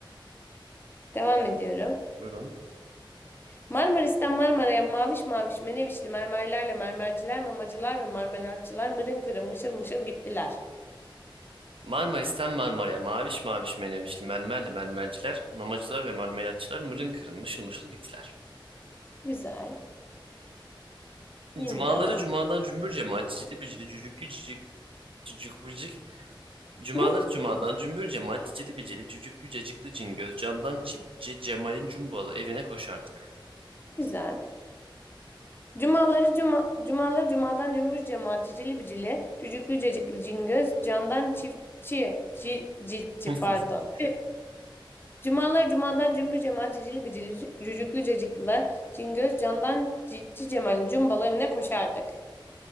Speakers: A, on the left; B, on the right.
A: Devam ediyorum.
B: Buyurun.
A: Marmaris'ten Marmara'ya maviş maviş menevişli mermerlerle mermerciler, mamacılar ve marmelatçılar mırın kırın mışıl mışıl gittiler.
B: Marmaris'ten Marmara'ya maviş maviş menevişli mermerle mermerciler, mamacılar ve marmelatçılar mırın kırın mışıl mışıl gittiler.
A: Güzel. Yine
B: Cumaları
A: devam.
B: cumadan cümbür cemaat cicili bicili cücüklü cicik cücük bicik. Cumaları
A: Hı hı,
B: cumadan cümbür cemaat cicili bicili cücüklü cacıklı cingöz camdan çitçi Cemal'in cumbalı evine koşardık.
A: Güzel. Cumaları cuma, cumaları cumadan cümbüş cemaat cicili bicili cücüklü cacıklı cingöz candan çiftçi cil, ciltçi
B: <laughs>
A: pardon. Tüh. Cumaları cumadan cümbüş cemaat cicili bicili cü- cücüklü cacıklı cingöz candan ciltçi cemalin cumbalı evine koşardık.